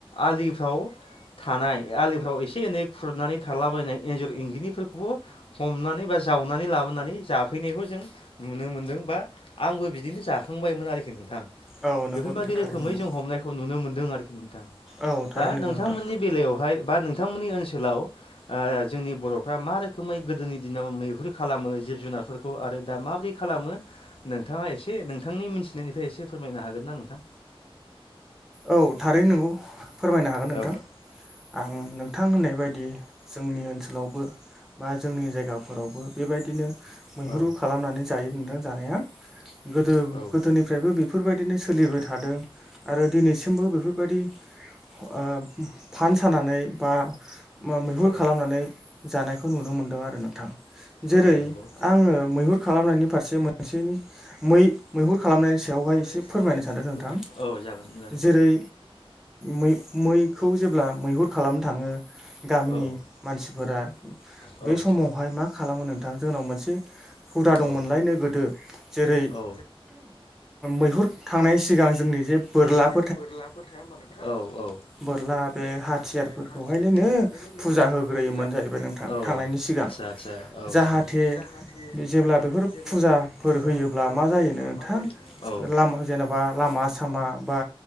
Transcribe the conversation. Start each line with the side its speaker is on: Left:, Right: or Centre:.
Left: आलिफ्राव थानाय आलिफ्राव एसे एनै खुरनानै थालाबायनाय एन्जर इंगिनिफोरखौबो हमनानै बा जावनानै लाबोनानै जाफैनायखौ जों नुनो मोनदों बा आंबो बिदिनो जाखांबायमोन आरोखि नोंथां।
Centre: औ नंगौ
Left: बेफोरबादि
Centre: नोंथां थारै
Left: रोखोमै
Centre: नंगौ
Left: जों हमनायखौ नुनो मोनदों आरोखि नोंथां।
Centre: औ थारै
Left: दा
Centre: नंगौ
Left: नोंथांमोननि
Centre: नोंथां
Left: बेलायावहाय बा नोंथांमोननि ओनसोलाव आ जोंनि बर'फ्रा मा रोखोमै गोदोनि दिनाव मैहुर खालामो जिब जुनारफोरखौ आरो दा माबोरै खालामो नोंथाङा एसे नोंथांनि मिनथिनायनिफ्राय एसे फोरमायनो हागोन ना नोंथां?
Centre: औ थारैनो नंगौ। फोरमायनो हागोन नोंथां
Left: औ
Centre: आं नोंथां होननाय बायदि जोंनि ओनसोलावबो बा जोंनि जायगाफोरावबो बेबायदिनो मैहुरु
Left: मैहुर
Centre: खालामनानै जायो नोंथां जानाया। गोदो
Left: जानाया
Centre: गोदोनिफ्रायबो बेफोरबायदिनो सोलिबाय थादों आरो दिनैसिमबो सिमबो बेफोरबायदि ओ फान सानानै बा मा मैहुर
Left: औ
Centre: खालामनानै नै जानायखौ नुनो मोनदों आरो नोंथां जेरै
Left: औ नंगौ
Centre: आङो मैहुर खालामनायनि फारसे मोनसेनि मै-मैहुर खालामनायनि सायावहाय
Left: खालामनायनि
Centre: एसे
Left: सायावहाय
Centre: फोरमायनो
Left: इसे
Centre: सानदों
Left: फोरमायनो
Centre: नोंथां
Left: सानदों।
Centre: जेरै मै-मैखौ जेब्ला मैहुर खालामनो थाङो गामिनि
Left: औ
Centre: मानसिफोरा
Left: औ
Centre: बे समावहाय मा खालामो नोंथां जोंनाव मोनसे हुदा दंमोनलाय
Left: औ
Centre: नो गोदो जे रै
Left: औ
Centre: मैहुर थांनायनि सिगां जोंनि जे बोरलाब
Left: जे बोरलाबो थाया होमब्ला नोंथां औ औ
Centre: बोरला बे
Left: बोरला
Centre: हाथियारफोरखौहायलायनो
Left: बे हाथियारफोरखौहायलायनो
Centre: फुजा होग्रोयोमोन
Left: फुजा
Centre: जाहैबाय
Left: होग्रोयोमोन
Centre: नोंथां
Left: औ
Centre: थांनायनि सिगां
Left: आत्सा आत्सा आत्सा औ
Centre: जाहाथे
Left: औ जाहाथे
Centre: जेब्ला बेफोर
Left: जेब्ला
Centre: फुजाफोर
Left: बेफोर फुजाफोर
Centre: होयोब्ला मा
Left: होयोब्ला
Centre: जायोनो नोंथां
Left: मा जा औ
Centre: लामा जेनेबा लामा सामा बा